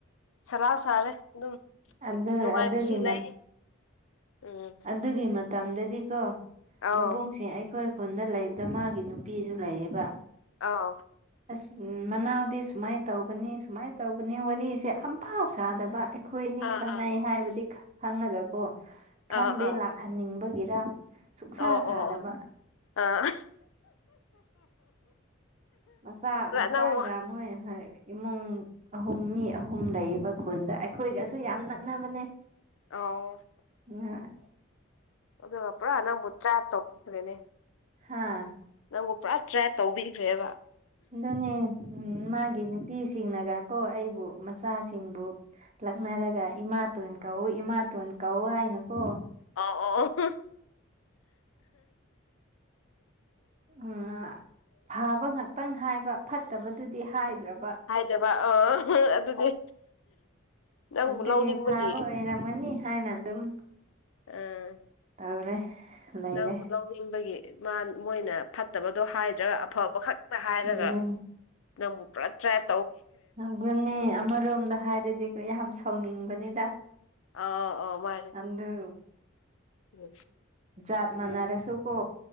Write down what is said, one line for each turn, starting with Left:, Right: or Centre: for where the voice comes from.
Left: ꯁꯂꯥꯛ ꯁꯥꯔꯦ ꯑꯗꯨꯝ
Right: ꯑ
Left: ꯅꯨꯡꯉꯥꯏꯕꯁꯨ
Right: ꯑꯗꯨꯒꯤ ꯃꯝ
Left: ꯂꯩ ꯎꯝ
Right: ꯑꯗꯨꯒꯤ ꯃ ꯃꯇꯝꯗꯗꯤꯀꯣ
Left: ꯑꯥꯎ
Right: ꯃꯕꯨꯡꯁꯦ ꯑꯩꯈꯣꯏ ꯈꯨꯟꯗ ꯂꯩꯕꯗ ꯃꯥꯒꯤ ꯅꯨꯄꯤꯁꯨ ꯂꯩꯌꯦꯕ
Left: ꯑꯥ
Right: ꯑꯏ ꯃꯅꯥꯎꯗꯤ ꯁꯨꯃꯥꯏꯅ ꯇꯧꯕꯅꯤ ꯁꯨꯃꯥꯏꯅ ꯇꯧꯕꯅꯤ ꯋꯥꯔꯤꯁꯦ ꯑꯝꯐꯥꯎ ꯁꯥꯗꯕ ꯑꯩꯈ ꯍꯣꯏꯅꯤ
Left: ꯑꯥ
Right: ꯈꯪꯅꯩ
Left: ꯑꯥ
Right: ꯍꯥꯏꯕꯗꯤ ꯈꯪꯅꯒꯀꯣ ꯈꯪꯗꯦ
Left: ꯑꯥ ꯑꯥ
Right: ꯂꯥꯛꯍꯟꯅꯤꯡꯕꯒꯤꯔ ꯁꯨꯛꯁꯥ
Left: ꯑꯣ ꯑꯣ
Right: ꯁꯥꯗꯕ
Left: ꯑꯣ ꯑ
Right: ꯃꯆꯥꯥ ꯃꯆꯥꯥꯒ
Left: ꯅꯪꯕꯨ
Right: ꯃꯣꯏ ꯍꯣꯏ ꯏꯃꯨꯡ ꯑꯍꯨꯝ ꯃꯤ ꯑꯍꯨꯝ ꯂꯩꯌꯦꯕ ꯈꯨꯟꯗ ꯑꯩꯈꯣꯏꯒꯁꯨ ꯌꯥꯝ ꯅꯛꯅꯕꯅꯦ
Left: ꯑꯣ
Right: ꯑ
Left: ꯑꯗꯨꯒ ꯄꯨꯔꯥ ꯅꯪꯕꯨ ꯇ꯭ꯔꯥ ꯇꯧꯕꯤꯈꯔꯅꯦ
Right: ꯍꯥꯥ
Left: ꯅꯪꯕꯨ ꯄꯨꯔꯥ ꯇ꯭ꯔꯦ ꯇꯧꯕꯤꯈ꯭ꯔꯦꯕ
Right: ꯑꯗꯨꯅꯦ ꯃꯥꯒꯤ ꯅꯨꯄꯤꯁꯤꯡꯅꯒ ꯀꯣ ꯑꯩꯕꯨ ꯃꯆꯥꯁꯤꯡꯕꯨ ꯂꯛꯅꯔꯒ ꯏꯃꯥꯇꯣꯟ ꯀꯧꯎ ꯏꯃꯥꯇꯣꯟ ꯀꯧꯎ ꯍꯥꯏꯅꯀꯣ
Left: ꯑꯣ
Right: ꯎꯑ ꯐꯕ ꯉꯥꯛꯇꯪ ꯍꯥꯏꯕ ꯐꯠꯇꯕꯗꯨꯗꯤ ꯍꯥꯏꯗ꯭ꯔꯕ
Left: ꯍꯥꯏꯗꯕ ꯑ ꯑꯗꯨꯗꯤ ꯅꯪꯕꯨ
Right: ꯑꯗꯨꯒꯤ
Left: ꯂꯧꯅꯤꯡꯕꯒꯤ
Right: ꯐꯥꯕ ꯑꯣꯏꯔꯝꯒꯅꯤ ꯍꯥꯏꯅ ꯑꯗꯨꯝ
Left: ꯑ
Right: ꯇꯧꯔꯦ ꯂꯩꯔꯦ
Left: ꯅꯪꯕꯨ ꯂꯧꯅꯤꯡꯕꯒꯤ ꯃꯥ ꯃꯣꯏꯅ ꯐꯠꯇꯕꯗꯣ ꯍꯥꯏꯗ꯭ꯔꯒ ꯑꯐꯕ ꯈꯛꯇ ꯍꯥꯏꯔꯒ
Right: ꯑꯗꯨꯅꯤ
Left: ꯅꯪꯕꯨ ꯄ꯭ꯔ ꯇ꯭ꯔꯦꯞ
Right: ꯑꯗꯨꯅꯦ ꯑꯃꯔꯣꯝꯗ ꯍꯥꯏꯔꯗꯤ ꯌꯥꯝ ꯁꯥꯎꯅꯤꯡꯕꯅꯤꯗ
Left: ꯑ ꯑ ꯃꯥꯅꯦ
Right: ꯑꯗꯨ
Left: ꯎꯝ
Right: ꯖꯥꯠ ꯃꯥꯅꯔꯁꯨ ꯀꯣ